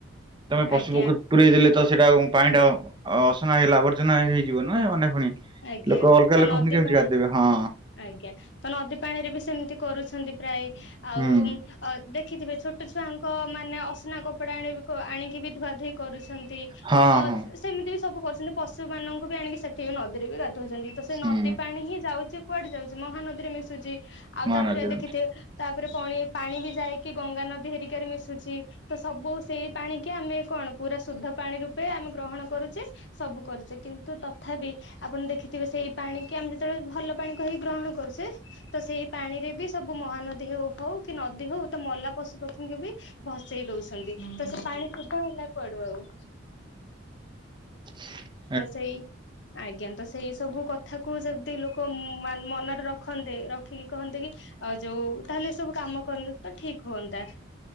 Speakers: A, on the right; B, on the left.
A: ତମେ ପଶୁ
B: ଆଜ୍ଞା
A: ପକ୍ଷୀ ପୁରେଇ ଦେଲେ ତ ସେଟା ପାଣିଟା ଅସନା ହେଇଲା ଆବର୍ଜନା ହେଇଯିବ ନା ଅନ୍ୟ ଫୁଣି
B: ଆଜ୍ଞା
A: ଲୋକ ଅଲଗା
B: ତ
A: ଲୋକ
B: ନଦୀ
A: ଫୁଣି କେମିତି
B: ପାଣି
A: ଗାଧେଇବେ? ହଁ‌।
B: ଆଜ୍ଞା ତ ନଦୀ ପାଣିରେ ବି ସେମତି କରୁଛନ୍ତି ପ୍ରାୟ ଆଉ
A: ହୁଁ
B: ଅ ଦେଖିଥିବେ ଛୋଟ ଛୁଆଙ୍କ ମାନେ ଅସନା କପଡ଼ା ଆଣିବି କ ଆଣିକି ବି ଧୁଆ ଧୁଇ କରୁଛନ୍ତି
A: ହଁ
B: ଅ
A: ହଁ
B: ସେମିତି ବି ସବୁ କରୁଛନ୍ତି ପଶୁ ମାନଙ୍କୁ ବି ଆଣିକି ସେଠି ବି ନଦୀରେ ବି ଗା ଧୋଛନ୍ତି ତ ସେ
A: ହୁଁ
B: ନଦୀ ପାଣି ହିଁ ଯାଉଚି କୁଆଡ଼େ ଯାଉଛି ମହାନଦୀରେ ମିଶୁଚି। ଆଉ
A: ମହାନଦୀର
B: ତାପରେ ଦେଖିଥିବେ ତାପରେ ପଣି ପାଣି ବି ଯାଇକି ଗଙ୍ଗା ନଦୀ ହେରିକାରେ ମିଶୁଛି। ତ ସବୁ ସେଇ ପାଣି କି ଆମେ କଣ ପୁରା ଶୁଦ୍ଧ ପାଣି ରୂପେ ଆମେ ଗ୍ରହଣ କରୁଚେ। ସବୁ କରୁଚେ କିନ୍ତୁ ତଥାପି ଆପଣ ଦେଖିଥିବେ ସେଇ ପାଣି କି ଆମେ ଯେତଳେ ଭଲ ପାଣି କହି ଗ୍ରହଣ କରୁଚେ। ତ ସେଇ ପାଣିରେ ବି ସବୁ ମହାନଦୀ ହେଉ ହଉ କି ନଦୀ ହଉ ତ ମଲା ପଶୁପକ୍ଷୀଙ୍କି ବି ଭସେଇ ଦଉଛନ୍ତି, ତ ସେ ପାଣି ଶୁଦ୍ଧ ହେଲା କୁଆଡୁ ଆଉ?
A: <unintelligible>
B: ତ ସେଇ ଆଜ୍ଞା ତ ସେଇ ସବୁ କଥା କୁ ଯେମତି ଲୋକ ମନରେ ରଖ ରଖନ୍ତେ, ରଖିକି କହନ୍ତେ କି, ଆ ଯୋଉ ତାହେଲେ ଏ ସବୁ କାମ କଲେ ତ ଠିକ୍ ହୁଅନ୍ତା।